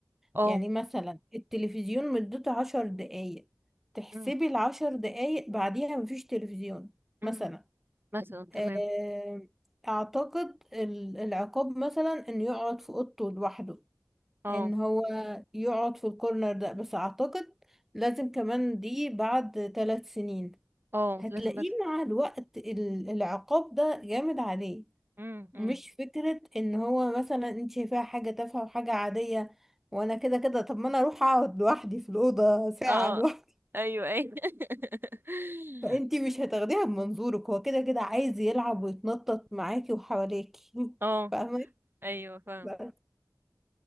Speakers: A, on the right; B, in the centre.
A: اه
B: يعني مثلا التلفزيون مدته عشر دقايق تحسبي
A: أم،
B: العشر دقايق بعديها مفيش تلفزيون
A: أم،
B: مثلا
A: مثلا تمام
B: آه، اعتقد ال- العقاب مثلا انه يقعد في اوضته لوحده
A: اه
B: ان هو يقعد في الكورنر ده بس اعتقد لازم كمان دي بعد ثلاث سنين
A: اه
B: هتلاقيه
A: لازم بت...
B: مع الوقت ال- العقاب ده جامد عليه
A: أم،
B: مش
A: أم.
B: فكرة ان هو مثلا انت شايفاها حاجة تافهة وحاجة عادية وانا كده كده طب ما انا اروح اقعد لوحدي في الأوضة ساعة
A: اه
B: لوحدي
A: ايوه ايوه <laughs>
B: <laughs> فانت مش هتاخديها بمنظورك هو كده كده عايز يلعب ويتنطط معاكي وحواليكي <laughs>
A: اه
B: فاهمة
A: ايوه فاهم
B: بس-